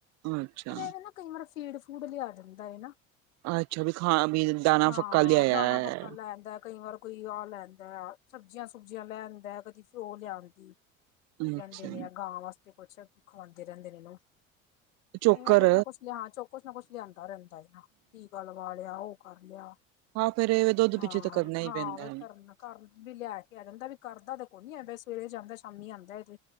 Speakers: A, on the right (about 40°); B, on the left (about 75°).
A: ਅੱਛਾ
B: ਪਰ ਇਹ ਨਾ ਕਈ ਵਾਰ ਫੀਡ ਫੂਡ ਲਿਆ ਜਾਂਦਾ ਹੈ ਨਾ
A: ਅੱਛਾ ਵੀ ਖਾ ਵੀ ਦਾਣਾ
B: ਹਾਂ
A: ਫੱਕਾ ਲਿਆਇਆ
B: ਦਾਣਾ
A: ਹੈ।
B: ਪੱਕਾ ਲੈ ਆਂਦਾ ਕਈ ਹੋਰ ਕੋਈ ਆ ਲੈਂਦਾ ਸਬਜ਼ੀਆਂ ਸੁਬਜ਼ੀਆਂ ਲੈ ਆਦਾ ਕਦੀ ਫਿਰ ਉਹ ਲਿਆਉਦੀ। ਕੀ ਕਹਿੰਦੇ
A: ਅੱਛਾ
B: ਨੇ, ਆ ਗਾਂ ਵਾਸਤੇ ਕੁਛ ਖਵਾਂਦੇ ਰਹਿੰਦੇ ਨੇ ਇਹਨੂੰ
A: ਚੋਕਰ
B: ਕਈ ਮੈਂ ਕੁਛ ਨਾ ਕੁਛ ਲਿਆ ਚੋ, ਕੁਛ ਨਾ ਕੁਛ ਲਿਆ। ਦਾ ਰਹਿੰਦਾ ਹੈ ਨਾ, ਟੀਕਾ ਲਵਾ ਲਿਆ ਉਹ ਕਰ ਲਿਆ।
A: ਹਾਂ ਫੇਰ ਇਹ ਦੁੱਧ
B: ਹਾਂ-
A: ਪਿੱਛੇ ਤਾਂ ਕਰਨਾ ਹੀ
B: ਹਾਂ,
A: ਪੈਂਦਾ
B: ਓਏ
A: ਹੈ।
B: ਕਰਨ ਘਰ ਵੀ ਲਿਆ ਕੇ ਆ ਜਾਂਦਾ ਵੀ, ਕਰਦਾ ਤੇ ਕੋਈ ਨੀ ਆਂ, ਸਵੇਰੇ ਜਾਂਦਾ ਸ਼ਾਮੀ ਆਂਦਾ ਤੇੇ